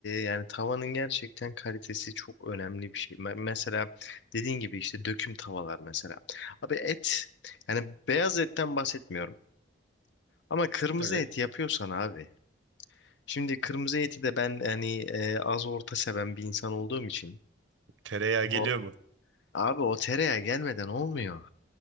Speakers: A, on the left (about 65°); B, on the right (about 70°).
A: yani tavanın gerçekten kalitesi çok önemli bir şey. Me- mesela dediğin gibi işte döküm tavalar mesela. Abi et yani beyaz etten bahsetmiyorum ama kırmızı
B: Evet.
A: et yapıyorsan abi. Şimdi kırmızı eti de ben hani e, az orta seven bir insan olduğum için
B: Tereyağı geliyor
A: o
B: mu?
A: abi o tereyağı gelmeden olmuyor.